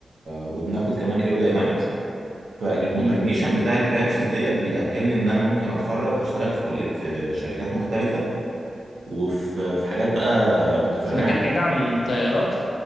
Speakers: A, on the right; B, on the left.
A: وبناخد كمان ايروداينامكس فالكومباينيشن
B: امم
A: بتاع البرانشز ديت بيأهلني ان انا ممكن اتخرج اشتغل في كل في شركات مختلفه وفي في حاجات بقى متفرعه
B: في مجال
A: جدا
B: بعيد عن الطيارات